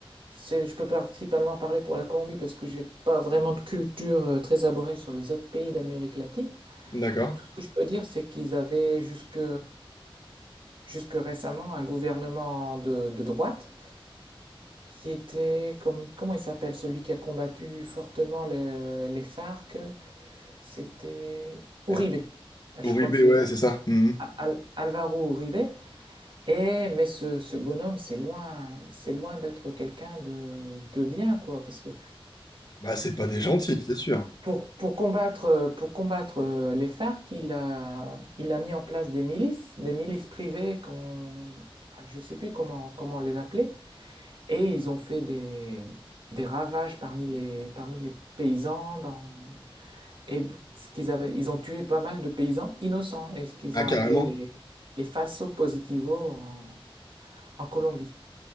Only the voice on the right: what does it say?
c'est- je peux principalement parler pour la Colombie parce que j'ai pas vraiment de culture euh, très abordée sur les autres pays d'Amérique latine.
Tout ce que je peux dire, c'est qu'ils avaient jusque, jusque récemment un gouvernement de, de droite qui était, comme, comment il s'appelle, celui qui a combattu fortement le- les FARC. C'était Uribe.
Je
crois que c'est
Al- Alvaro Uribe. Et, mais ce, ce bonhomme, c'est loin, c'est loin d'être quelqu'un de, de bien, quoi. Parce que
pour, pour combattre, euh, pour combattre euh, les FARC, il a, il a mis en place des milices, des milices privées qu'on, ah, je sais plus comment, comment les appeler. Et ils ont fait des, des ravages parmi les, parmi les paysans dans, Et ce qu'ils avaient, ils ont tué pas mal de paysans innocents, et ce qu'ils
ont
appelé les, les falsos positivos en, en Colombie.